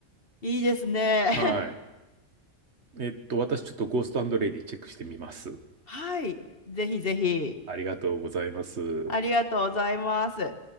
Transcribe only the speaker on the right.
はい。えっと、私ちょっとゴーストレディチェックしてみます。
ありがとうございます。